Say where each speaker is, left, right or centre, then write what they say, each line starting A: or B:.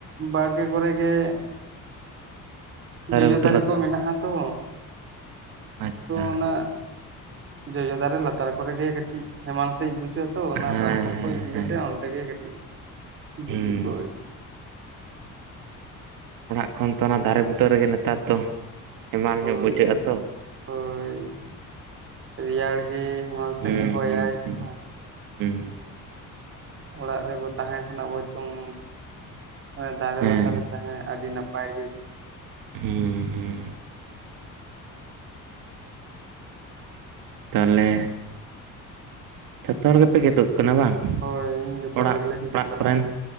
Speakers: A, on the right; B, on the right.
A: ᱵᱟᱲᱜᱮ ᱠᱚᱨᱮ ᱜᱮ ᱡᱚᱡᱚ
B: ᱵᱩᱴᱟᱹ
A: ᱫᱟᱨᱮ
B: ᱞᱟ
A: ᱠᱚ ᱢᱮᱱᱟᱜᱼᱟ ᱛᱚ,
B: ᱟᱪᱪᱷᱟ
A: ᱚᱱᱟ ᱡᱚᱡᱚ ᱫᱟᱨᱮ ᱞᱟᱛᱟᱨ ᱠᱚᱨᱮ ᱜᱮ ᱠᱟᱹᱴᱤᱡ ᱦᱮᱢᱟᱞ ᱥᱟᱦᱤᱡ ᱵᱩᱡᱷᱟᱹᱜ ᱟ ᱛᱚ᱾ ᱚᱱᱟ
B: ᱦᱮᱸ
A: ᱯᱟᱨᱠᱚᱢ
B: ᱦᱮᱸ
A: ᱠᱚ ᱤᱫᱤ
B: ᱦᱮᱸ
A: ᱠᱟᱛᱮ ᱚᱱᱛᱮ ᱜᱮ ᱠᱟᱹᱴᱤᱡ
B: ᱦᱩᱸ
A: ᱜᱤᱛᱤᱡ ᱠᱚᱜ
B: ᱚᱲᱟᱜ ᱠᱷᱚᱱ ᱫᱚ ᱚᱱᱟ ᱫᱟᱨᱮ ᱵᱩᱴᱟᱹ ᱨᱮᱜᱮ ᱱᱮᱛᱟᱨ ᱫᱚ ᱦᱮᱢᱟᱞ
A: ᱦᱳᱭ
B: ᱧᱚᱜ ᱵᱩᱡᱷᱟᱹᱜᱼᱟ ᱛᱚ
A: ᱦᱳᱭ᱾ ᱨᱮᱭᱟᱲ ᱜᱮ ᱦᱮᱢᱟᱞ ᱥᱟᱦᱤᱡ
B: ᱦᱩᱸ
A: ᱦᱚᱭᱟᱭ
B: ᱦᱩᱸ ᱦᱩᱸ
A: ᱛᱚ᱾
B: ᱦᱩᱸ᱾
A: ᱚᱲᱟᱜ ᱨᱮᱵᱚ ᱛᱟᱦᱮᱸ ᱠᱷᱱᱟᱡ ᱵᱚᱨᱪᱚᱝ ᱮ ᱫᱟᱨᱮ
B: ᱦᱮᱸ
A: ᱞᱟᱛᱟᱨ ᱨᱮ ᱛᱟᱦᱮᱸ, ᱟᱹᱰᱤ ᱱᱟᱯᱟᱭ ᱜᱮ ᱵᱩᱡᱷᱟᱹᱜᱼᱟ᱾
B: ᱦᱩᱸ ᱦᱩᱸ᱾ ᱛᱟᱦᱚᱞᱮ ᱡᱚᱛᱚ ᱦᱚᱲ ᱜᱮᱯᱮ ᱜᱮᱫᱚᱜ ᱠᱟᱱᱟ ᱵᱟᱝ?
A: ᱦᱳᱭ ᱡᱚᱛᱚ
B: ᱚᱲᱟᱜ
A: ᱦᱚᱲ ᱜᱮᱞᱮ ᱠᱮᱫᱩᱜ
B: ᱚᱲᱟᱜ
A: ᱠᱟᱱᱟ,
B: ᱠᱚᱨᱮᱱ